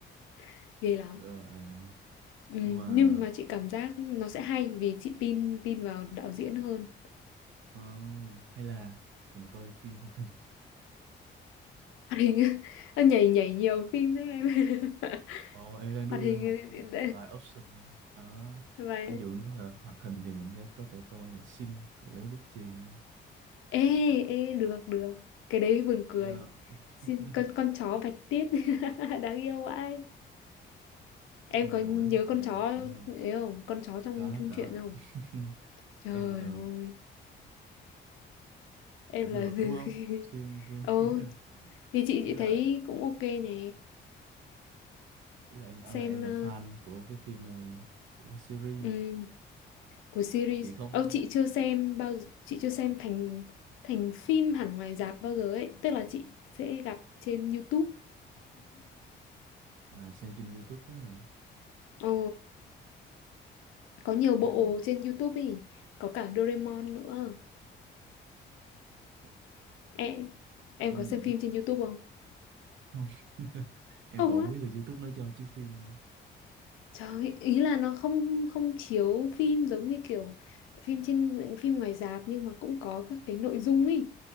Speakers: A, on the left; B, on the right.
A: <laughs> ghê lắm
B: rồi à,
A: ừ,
B: nhưng mà
A: nhưng mà chị cảm giác nó sẽ hay vì chị tin tin vào đạo diễn hơn
B: ờ, hay là mình coi phim hoạt hình
A: hoạt hình <laughs> nhảy nhảy nhiều phim đấy em <laughs>
B: Ồ, em đang đưa
A: hoạt hình
B: ra một, một loại option đó.
A: và
B: Ví dụ nó là hoạt hình thì mình có thể coi là Xin cậu bé bút chì.
A: ê ê được được cái đấy buồn
B: Đấy,
A: cười
B: ờ, <laughs>
A: xin con con chó bạch tuyết <laughs> đáng yêu vãi em
B: Xin
A: có
B: cậu
A: nhớ
B: bé bút chì
A: con chó
B: cũng hay.
A: ấy không con chó trong
B: Có,
A: chung
B: có.
A: truyện không
B: <laughs>
A: trời
B: Em là
A: ơi em
B: cũng
A: là
B: được đúng không phim
A: <laughs>
B: phim
A: ừ
B: <laughs>
A: thì chị
B: ý
A: chị
B: là
A: thấy cũng ok nè
B: ý là em bảo
A: xem
B: là em là
A: ờ,
B: fan của cái phim này của cái series
A: ừm, của series
B: chị không
A: Ơ chị chưa xem bao chị chưa xem thành thành phim hẳn ngoài rạp bao giờ ấy tức là chị sẽ gặp trên YouTube
B: à, xem trên YouTube á hả?
A: <laughs> ồ có nhiều bộ
B: hay là
A: trên YouTube ý có cả Doraemon nữa
B: cũng,
A: em
B: cũng hay
A: em có
B: nhỉ
A: xem phim trên YouTube không
B: không <laughs> em
A: không
B: còn
A: á
B: không biết là YouTube nó cho chứ phim nữa
A: trời ơi, ý là nó không không chiếu phim giống như kiểu phim trên phim ngoài rạp nhưng mà cũng có các cái nội dung ý